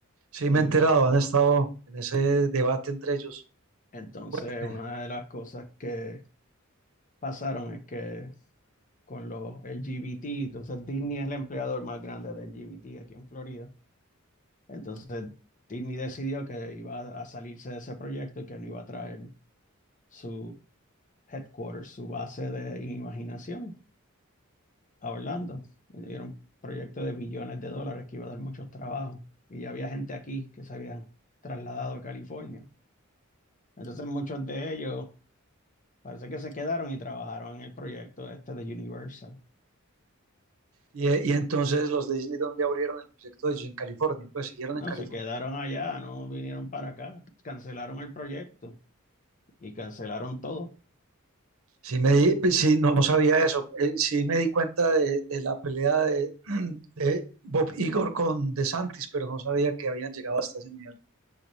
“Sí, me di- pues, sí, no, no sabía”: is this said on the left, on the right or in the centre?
Right